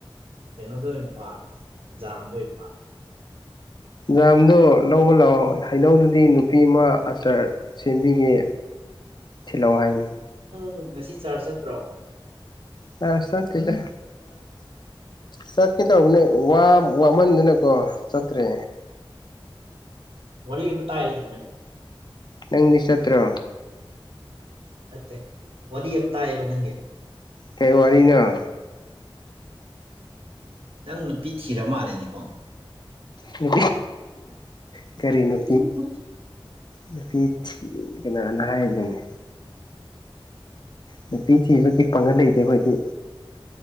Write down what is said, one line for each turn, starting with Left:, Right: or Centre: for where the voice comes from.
Right: ꯀꯩꯅꯣꯗꫭ ꯑꯣꯏꯅ ꯄꯥꯝꯃꯦ ꯖꯥꯝꯗꯣ ꯑꯣꯏꯅ ꯄꯥꯝꯃꯦ꯫
Left: ꯖꯝꯗꯣ ꯂꯧꯕ ꯂꯥꯛꯑꯣ ꯍꯩꯅꯧꯗꯨꯗꯤ ꯅꯨꯄꯤ ꯑꯃ ꯑꯆꯥꯔ ꯁꯦꯝꯕꯤꯒꯦ꯫
Right: ꯫ <inaudible>
Left: ꯏꯂꫭ ꯍꯥꯏꯅꯤ꯫
Right: ꯎꯝ ꯉꯁꯤ ꯆꯥꯔꯖ ꯆꯠꯇ꯭ꯔꯣ꯫
Left: ꯆꯥꯔꯖ ꯆꯠꯇ‌ꯦꯗ꯫ ꯆꯠꯀ‌ꯦ ꯇꯧꯕꯅ‌ꯦ ꯋꯥ ꯋꯥꯃꯟꯗꯅꯀꯣ ꯆꯠꯇ꯭ꯔꯦ꯫
Right: ꯋꯥꯔꯤ ꯑꯃ ꯇꯥꯏꯌ‌ꯦꯅ‌ꯦ ꯅꯪ꯫
Left: ꯅꯪꯗꯤ ꯆꯠꯇ꯭ꯔꯣ꯫
Right: ꯆꯠꯇꯦ ꯋꯥꯔꯤ ꯑꯃ ꯇꯥꯏꯌ‌ꯦꯕ ꯅꯪꯒꯦ꯫
Left: ꯀꯩ ꯋꯥꯔꯤꯅꫭ꯫
Right: ꯅꯪ ꯅꯨꯄꯤ ꯊꯤꯔ ꯃꯥꯜꯂꯦꯅꯦꯀꯣ꯫
Left: ꯗꯤ ꯀꯔꯤꯅꯣ꯫
Right: ꯫ <inaudible>
Left: ꯅꯨꯄꯤ ꯊꯤ ꯀꯅꯥꯅ ꯍꯥꯏꯅꯣꯅꯦ꯫ ꯅꯨꯄꯤ ꯊꯤꯕꯒꯤ ꯄꯥꯡꯒꯜ ꯂꯩꯇꯦ ꯑꯈꯣꯏꯗꯤ꯫